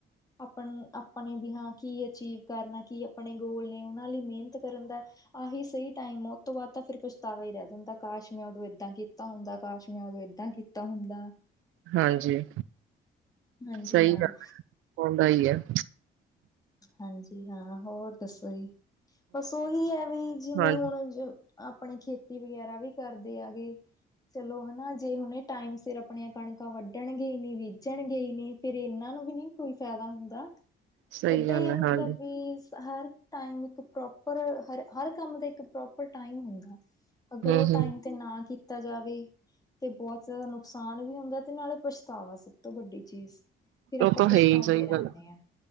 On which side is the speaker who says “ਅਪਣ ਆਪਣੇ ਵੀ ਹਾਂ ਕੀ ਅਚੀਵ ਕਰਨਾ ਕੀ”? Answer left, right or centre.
Left